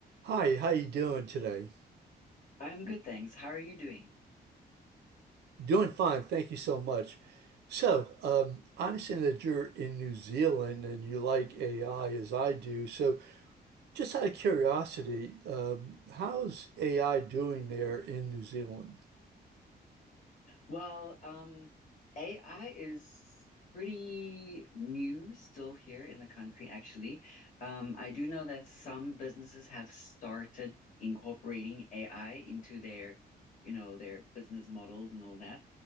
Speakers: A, on the right (about 85°); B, on the left (about 50°).
A: Hi, how you doing today?
B: I'm good, thanks. How are you doing?
A: Doing fine, thank you so much. So, um, I understand that you're in New Zealand and you like AI as I do. So, just out of curiosity, um, how's AI doing there in New Zealand?
B: Well, um, AI is pretty new still here in the country, actually. Um, I do know that some businesses have started incorporating AI into their, you know, their business models and all that.